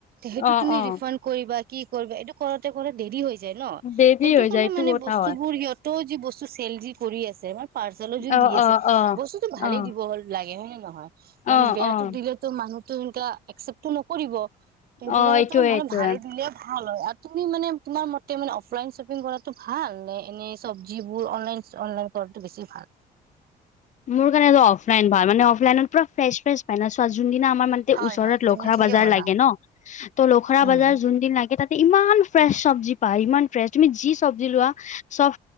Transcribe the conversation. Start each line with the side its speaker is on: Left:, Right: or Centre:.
Right: সেইটো
Left: অ
Right: তুমি
Left: অ
Right: ৰিফাড কৰিবা কি কৰিবা এইটো কৰোতে কৰা দেৰি হৈ। ন
Left: দেৰি
Right: সেইটো
Left: হৈ
Right: কাৰণে
Left: যায় এইটো
Right: মানে
Left: কথা
Right: বস্তু
Left: হয়
Right: বোৰ সিহত যি বস্তু চেল যি কৰি আছে আমাৰ পাৰ্চেলো যদি
Left: অ',
Right: দি আছে
Left: অ', অ',
Right: বস্তুতটো ভালেই
Left: অ',
Right: দিব লাগে হয় নে। নহয়
Left: অ',
Right: মানে বেয়াটো
Left: অ',
Right: দিলেেতো মানুহতো সো একচেপ্টটো নকৰিব। কিন্তু
Left: অ',
Right: কাৰলেতো
Left: এইটোয়ে
Right: মানে
Left: এইটোয়ে।
Right: ভালে দিলে। ভাল হয় তুমি মানে তোমাৰ মতে মান অফলাইন শ্বপিং কৰা ভাল নে এনেই চবজীবোৰ। অনলাইন কৰাটো বছি ভাল।
Left: মোৰ কাৰণে অফলাইন ভ মানে অফলাইনত পুৰা ফ্ৰেছ ফ্ৰে পায় না চ। যোনদিনা আমাৰ মান
Right: হয়
Left: ওচৰত
Right: হয় তুমি
Left: লখৰা
Right: ঠিকে
Left: বজাৰ
Right: ক'লা
Left: লাগে ন ত' লখৰা
Right: উম
Left: বজাৰ যোন দিন লাগে তাত। ইমান ফ্ৰেচ চব্জি পা ইমান ফ্ৰেছ তুমি যি চব্জি লোৱা চব